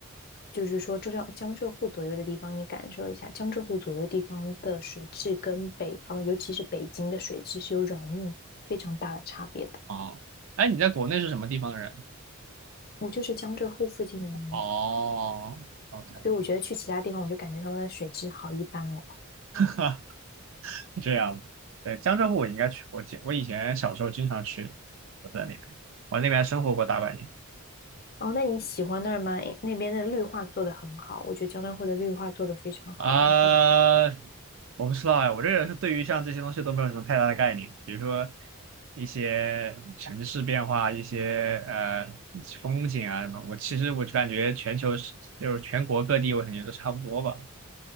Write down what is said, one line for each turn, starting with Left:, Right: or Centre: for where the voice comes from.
Left: 就是说浙江江浙沪左右的地方，你感受一下江浙沪左右地方的水质跟北方，尤其是北京的水质是有软硬非常大的差别的。
Right: 哦，哎，你在国内是什么地方的人？
Left: 我就是江浙沪附近的人，
Right: 哦，OK。
Left: 所以我觉得去其他地方，我就感觉他们的水质好一般哦。
Right: <laughs> <laughs> 这样，对，江浙沪我应该去过，我以前小时候经常去，我在那边，我在那边还生活过大半年
Left: 哦，那你喜欢那儿吗？诶那边的绿化做得很好，我觉得江浙沪的绿化做得非常好。
Right: 啊、
Left: 然后
Right: 我不知道哎，我这个人是对于像这些东西都没有什么太大的概念，比如说一些城市变化、一些呃风景啊什么，我其实我就感觉全球是就是全国各地，我感觉都差不多吧，